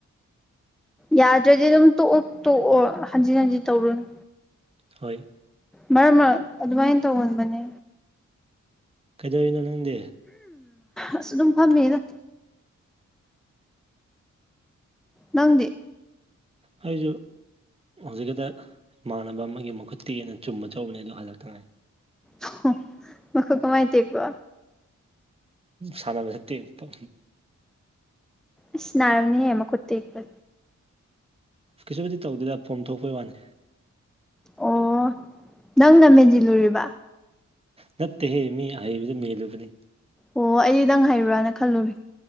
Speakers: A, in the centre; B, on the right.
A: ꯌꯥꯗ꯭ꯔꯗꯤ ꯑꯗꯨꯝ ꯇꯣꯛꯑꯣ ꯇꯣꯛꯑꯣ ꯍꯟꯖꯤꯟ ꯍꯟꯖꯤꯟ ꯇꯧꯔꯨꯅꯨ
B: ꯍꯣꯏ
A: ꯃꯔꯛ ꯃꯔꯛ ꯑꯗꯨꯃꯥꯏꯅ ꯇꯧꯒꯟꯕꯅꯦ
B: ꯀꯩꯗꯧꯔꯤꯅꯣ ꯅꯪꯗꯤ
A: ꯑꯁ ꯑꯗꯨꯝ ꯐꯝꯃꯤꯗ ꯅꯪꯗꯤ
B: ꯑꯩꯖꯨ ꯍꯧꯖꯤꯛꯀꯗ ꯏꯃꯥꯟꯅꯕ ꯑꯃꯒꯤ ꯃꯈꯨꯠ ꯇꯦꯛꯑꯦꯅ ꯆꯨꯝꯕ ꯆꯧꯕꯅꯦ ꯑꯗꯨ ꯍꯜꯂꯛꯇ ꯉꯥꯏ
A: ꯍ ꯃꯈꯨꯠ ꯀꯃꯥꯏ ꯇꯦꯛꯄ
B: ꯁꯥꯅꯕꯗ ꯇꯦꯛꯄ
A: ꯏꯁ ꯅꯥꯔꯝꯅꯤꯍꯦ ꯃꯈꯨꯠ ꯇꯦꯛꯄ
B: ꯀꯩꯁꯨꯕꯨꯗꯤ ꯇꯧꯗꯦꯗ ꯄꯣꯝꯊꯣꯛꯄꯩ ꯋꯥꯅꯤ
A: ꯑꯣ ꯅꯪꯅ ꯃꯦꯟꯁꯤꯜꯂꯨꯔꯤꯕ
B: ꯅꯠꯇꯦꯍꯦ ꯃꯤ ꯑꯍꯩꯕꯗ ꯃꯦꯜꯂꯨꯕꯅꯤ
A: ꯑꯣ ꯑꯩꯗꯤ ꯅꯪ ꯍꯩꯕ꯭ꯔꯥꯅ ꯈꯜꯂꯨꯔꯦ